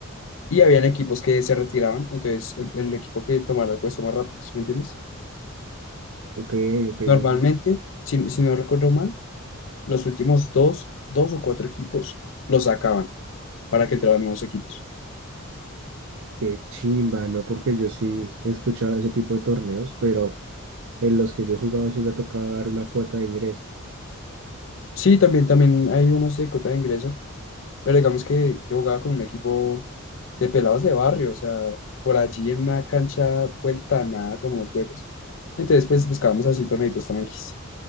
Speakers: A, on the left; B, on the right.
A: Y habían equipos que se retiraban. Entonces el, el equipo que tomara el puesto más rápido, ¿sí me entiendes?
B: ok, ok,
A: Normalmente,
B: no, no.
A: si, si no recuerdo mal, los últimos dos, dos o cuatro equipos los sacaban para que entraran nuevos equipos.
B: Qué chimba, ¿no? Porque yo sí he escuchado ese tipo de torneos, pero en los que yo he jugado sí me ha tocado dar una cuota de ingreso.
A: Sí, también, también hay unos de cota de ingreso, pero digamos que yo jugaba con un equipo de pelados de barrio, o sea, por allí en una cancha vuelta a nada con unos huecos. Entonces, pues buscábamos así torneitos tranquis.